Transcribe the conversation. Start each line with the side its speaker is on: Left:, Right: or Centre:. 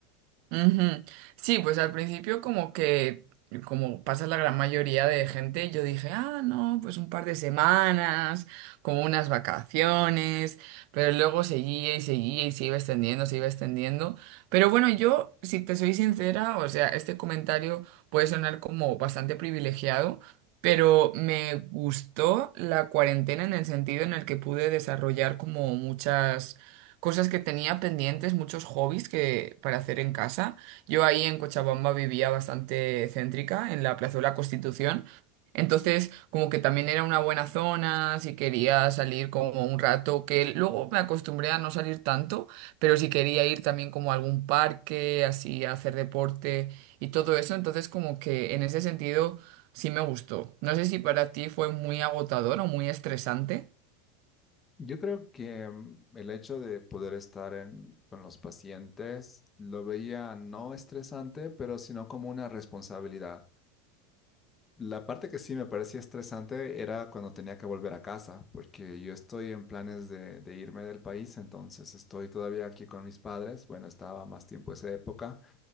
Right: Ujú. Sí, pues al principio como que, como pasa la gran mayoría de gente, yo dije, ah, no, pues un par de semanas, como unas vacaciones, pero luego seguía y seguía y se iba extendiendo, se iba extendiendo. Pero bueno, yo, si te soy sincera, o sea, este comentario puede sonar como bastante privilegiado, pero me gustó la cuarentena en el sentido en el que pude desarrollar como muchas cosas que tenía pendientes, muchos hobbies que para hacer en casa. Yo ahí en Cochabamba vivía bastante céntrica, en la Plaza de la Constitución. Entonces, como que también era una buena zona, si quería salir como un rato, que luego me acostumbré a no salir tanto, pero si quería ir también como a algún parque, así a hacer deporte y todo eso, entonces como que en ese sentido sí me gustó. No sé si para ti fue muy agotador o muy estresante.
Left: Yo creo que mm, el hecho de poder estar en- con los pacientes lo veía no estresante, pero sino como una responsabilidad. La parte que sí me parecía estresante era cuando tenía que volver a casa, porque yo estoy en planes de, de irme del país, entonces estoy todavía aquí con mis padres. Bueno, estaba más tiempo esa época.